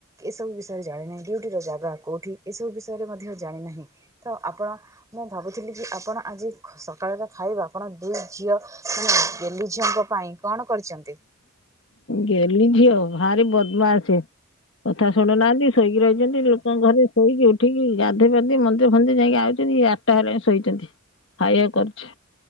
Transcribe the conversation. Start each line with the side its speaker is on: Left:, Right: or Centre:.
Right: ଏ ସବୁ ବିଷୟରେ ଜାଣିନାହିଁ ଡିଉଟି ର ଜାଗା କୋଉଠି ଏସବୁ ବିଷୟରେ ମଧ୍ୟ ଜାଣିନାହିଁ। ତ ଆପଣ ମୁଁ ଭାବୁଥିଲି କି ଆପଣ ଆଜି ସକାଳଟା ଖାଇବେ ଆପଣ ଦୁଇ ଝିଅ ମାନେ ଗେଲି ଝିଅଙ୍କ ପାଇଁ କଣ କରିଛନ୍ତି।
Left: ଗଲି ଝିଅ ଭାରି ବଦମା ସିଏ। କଥା ଶୁଣୁନାହାନ୍ତି ଶୋଇକି ରହିଛନ୍ତି ଲୋକଙ୍କ ଘରେ ଶୋଇକି ଉଠିକି ଗାଧୋଇ ପାଧି ମନ୍ଦିର ଫନ୍ଦିର ଯାଇକି ଆସୁଛନ୍ତି। ଆଠଟା ହେଲା ଶୋଇଛନ୍ତି ଖାଇବାକୁ କରୁଛ।